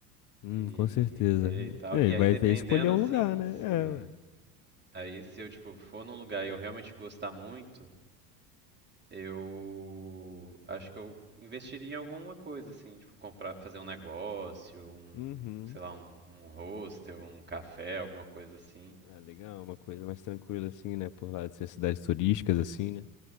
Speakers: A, on the left; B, on the right.
A: Hum,
B: e,
A: com certeza.
B: e ver e tal.
A: É,
B: E
A: e
B: aí,
A: vai
B: dependendo,
A: ver escolher um
B: assim,
A: lugar, né?
B: se
A: É, ué.
B: Aí se eu, tipo, for num lugar e eu realmente gostar muito, eu acho que eu investiria em alguma coisa, assim, tipo, comprar, fazer um negócio, um,
A: Uhum.
B: sei lá, um, um hostel, um café, alguma coisa assim.
A: Ah, legal, uma coisa mais tranquila assim, né? Por lá de ser cidades turísticas, assim, né?